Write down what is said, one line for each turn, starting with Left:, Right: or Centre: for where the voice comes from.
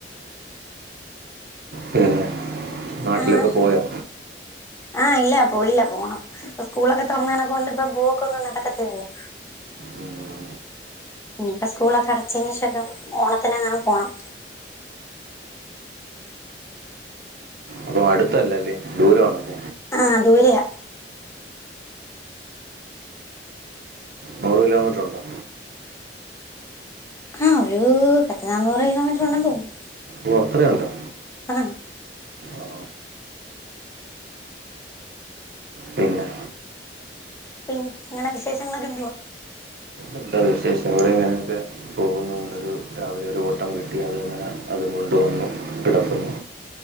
Right: പിന്നെ നാട്ടിലൊക്കെ
Left: ആഹ
Right: പോയാ
Left: ആഹ് ഇല്ല പോയില്ല പോണം ഇപ്പം സ്കൂളൊക്കെ തൊറന്നേനെ കൊണ്ട് ഇപ്പം പോക്ക് ഒന്നും നടക്കത്തില്ലല്ലോ.
Right: ഉം.
Left: ഇനിയിപ്പം സ്കൂളൊക്കെ അടച്ചെന് ശേഷൊക്കെ ഓണത്തിന് എങ്ങാനും പോണം.
Right: അപ്പൊ അടുത്തല്ലല്ലേ ദൂരമാണല്ലേ?
Left: ആഹ് ദൂരെയ
Right: നൂറ് കിലോമീറ്ററുണ്ടോ?
Left: ആഹ് ഒരു പത്ത് നാന്നൂറ് കിലോമീറ്റർ ഉണ്ടെന്ന് തോന്നുന്നു.
Right: ഓഹ് അത്രയുണ്ടോ?
Left: ആഹ്
Right: ആ. പിന്നെ.
Left: പിന്നെ ഇങ്ങളെ വിശേഷങ്ങളോക്കെ എന്തുവാ?
Right: എന്താ വിശേഷങ്ങള് ഇങ്ങനെയൊക്കെ. പോകുന്നു ഇന്നൊരു രാവിലെ ഒരു ഓട്ടം കിട്ടി അത്ങ്ങനെ അതും കൊണ്ടുവന്നു കിടക്കുന്നു.